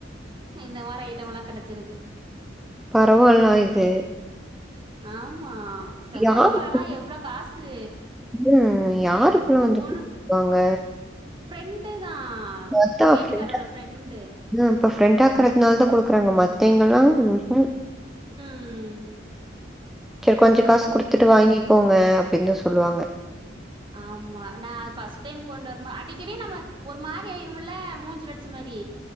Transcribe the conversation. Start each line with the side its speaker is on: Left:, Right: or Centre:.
Right: இந்த மாரி ஐட்டம் எல்லா கெடச்சிருது
Centre: பரவால்னா இது
Right: ஆமா செவ்வாழ
Centre: யாரு
Right: பழம்லா எவ்ளோ காசு
Centre: ம் யாரு இப்ப எல்லா
Right: ஒவ்வொன்னு
Centre: வந்து இப்டி குடுப்பாங்க
Right: ஃப்ரெண்டு தா
Centre: உ அத்தா
Right: வீட்டுக்காரோட
Centre: ஃப்ரெண்டா
Right: ஃப்ரெண்டு
Centre: ம் அப்ப ஃப்ரெண்டா இருக்றனாலதா குடு க்றாங்க மத்தவிங்லா ஊஹூ
Right: ம்
Centre: சேர் கொஞ்ச காசு குடுத்துட்டு வாங்கிகோங்க அப்டின் தா சொல்லுவாங்க
Right: ஆமா நா ஃபர்ஸ்ட் டைம் கொண்டு வரம் போ அடிக்கடி நம்ம ஒரு மாரி ஆயிரும்ல மூஞ்சில அடிச்ச மாரி